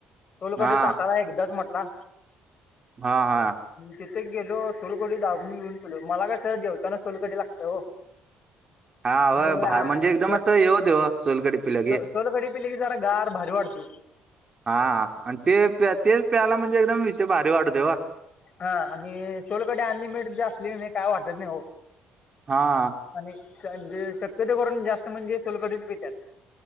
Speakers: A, on the left; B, on the right.
A: सोलकडी
B: हा
A: ताटाला एकदाच म्हटला.
B: हा हा.
A: तिथे गेलो सोलकडी दाबुन घेऊन पिलो, मला कस जेवताना सोलकडी लागतेय हो.
B: हा
A: आणि
B: बा म्हणजे एकदम
A: सो
B: अस हे होतय हो, सोलकडी पिलं की
A: सोलकढी पिली की जरा गार भारी वाटते
B: हा आणि ते प्या तेच प्यायला म्हणजे एकदम विषय भारी वाढवते ओ.
A: हा, आणि सोलकडी अनलिमिडेड असली की काय वाटत नाही हो.
B: हं
A: आणि <unintelligible> शक्यतो करून जास्त म्हणजे सोलकडीच पित्यात.